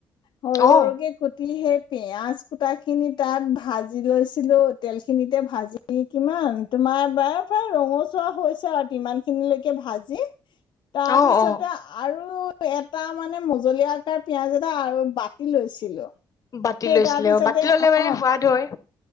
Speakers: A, on the left (about 60°); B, on the left (about 40°).
A: সৰু
B: অ
A: সৰুকে কুটি সেই পিয়াজ কুটা খিনি তাত ভাজি লৈছিলো তেল খিনিতে ভাজি কিমান তোমাৰবাৰ প্ৰায় ৰঙচুৱা হৈছে আ তিমান খিনি লৈকে কে ভাজি তাৰপিছতে
B: অ অ
A: আৰু এ তাৰ মানে মজলীয়া আকাৰ পিয়াজ এটা আৰু বাতি লৈছিলো
B: বাতি
A: সেই
B: লৈছিলে
A: তাৰপিছতে
B: অ বাতি ললে
A: অ',
B: সোৱাদ হয়